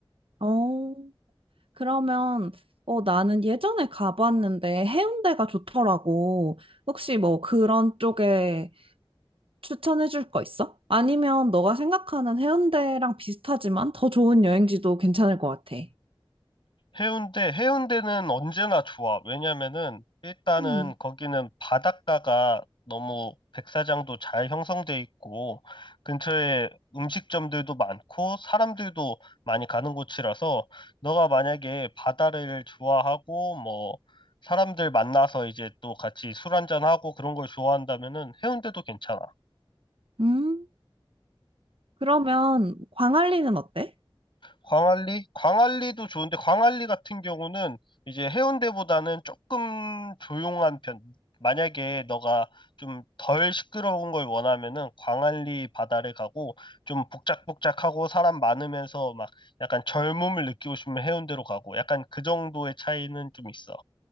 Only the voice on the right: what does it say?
어, 그러면 어, 나는 예전에 가봤는데 해운대가 좋더라고. 혹시 뭐 그런 쪽에 추천해줄 거 있어? 아니면 너가 생각하는 해운대랑 비슷하지만 더 좋은 여행지도 괜찮을 것 같아.
음.
음, 그러면 광안리는 어때?